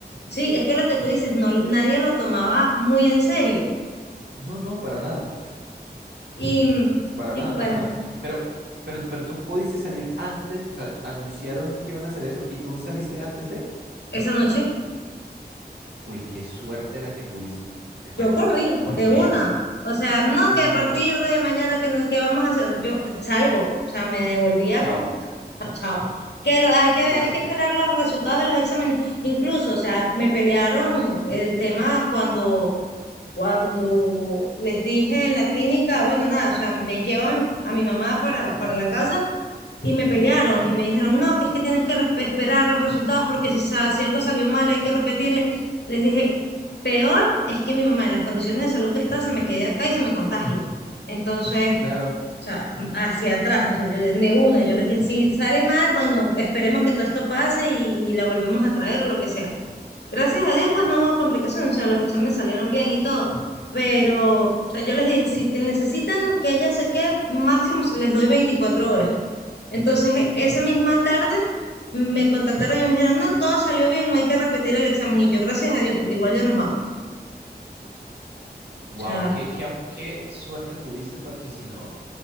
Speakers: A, on the left (about 80°); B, on the right (about 75°).
A: sí, es que es lo que tú dices, no, nadie lo tomaba muy en serio.
B: No, no, para nada.
A: Y,
B: Para
A: y
B: nada,
A: pues
B: para nada. Pero, pero, pero tú pudiste salir antes, o sea, anunciaron que iban a hacer eso y tú saliste antes de...
A: esa noche
B: Uy, qué suerte la que tuviste, te cuento.
A: yo corrí
B: Porque
A: de una. O sea, no
B: no.
A: que a partir de mañana que, no- que vamos a hacer, yo salgo, o sea, me devolví a
B: Chao.
A: Cúcuta. <laughs> Chao. Que lo- hay que, hay
B: Bueno,
A: que
B: pues
A: esperar los resultados de los exámenes. Incluso, o sea, me pelearon el tema cuando, cuando les dije en la clínica, bueno, nada, o sea, me llevan a mi mamá para, para la casa y me pelearon y me dijeron, no, que es que tienes que resp- esperar los resultados porque si, sa- si algo salió mal hay que repetirle. Les dije, peor es que mi mamá en las condiciones de salud que está se me quede acá y se me contagie. Entonces,
B: claro.
A: o sea, m- hacia atrás, o sea, yo de de una, yo les dije, si sale mal, bueno, esperemos que todo esto pase y, y la volvemos a traer o lo que sea. Gracias a Dios, pues no hubo complicaciones, o sea, los exámenes salieron bien y todo. Pero, o sea, yo les dije, si te necesitan que ella se quede, máximo se les doy 24 horas. Entonces, esa misma tarde me contactaron y me dijeron, no, todo salió bien, no hay que repetir el examen. Y yo, gracias a Dios, porque igual ya nos vamos. O
B: Wow,
A: sea,
B: qué, qué, af- qué suerte tuviste porque si no,